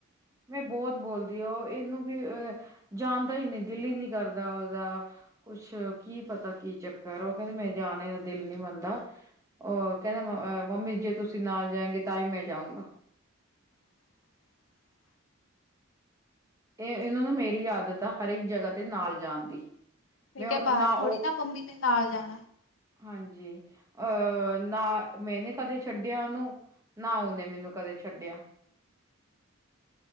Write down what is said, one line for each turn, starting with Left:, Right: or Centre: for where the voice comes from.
Right: ਮੈਂ ਬਹੁਤ ਬੋਲਦੀ ਹ ਉਹ ਇਹਨੂੰ ਵੀ ਜਾਣਦਾ ਹੀ ਨਹੀਂ ਦਿਲ ਹੀ ਨਹੀਂ ਕਰਦਾ ਦਾ ਕੁਛ ਕੀ ਪਤਾ ਕੀ ਚੱਕਰ ਉਹ ਕਹਿੰਦੇ ਮੈਂ ਜਾਣ ਦਾ ਦਿਲ ਨਹੀਂ ਮੰਨਦਾ। ਉਹ ਕਹਿੰਦੇ ਮੰਮੀ ਜੇ ਤੁਸੀਂ ਨਾਲ ਜਾਏਗੇ ਤਾਂ ਹੀ ਮੈਂ ਜਾਊਗਾ।
Left: <inaudible>
Right: ਇਹ ਇਹਨਾਂ ਨੂੰ ਮੇਰੀ ਆਦਤ ਆ ਹਰੇਕ ਜਗ੍ਹਾ ਤੇ ਨਾਲ ਜਾਣ ਦੀ।
Left: ਠੀਕ
Right: ਮੈਂ ਉਹ-
Left: ਹੈ ਬਾਹਰ
Right: ਉਹ
Left: ਥੋੜੀ ਨਾ ਮੰਮੀ ਨੇ ਨਾਲ ਜਾਣਾ।
Right: ਹਾਂਜੀ ਅਹ ਨਾ ਮੈਂਨੇ <inaudible> ਕਦੇ ਛੱਡਿਆ ਉਹਨੂੰ ਨਾ ਉਹਨੇ ਮੈਨੂੰ ਕਦੇ ਛੱਡਿਆ।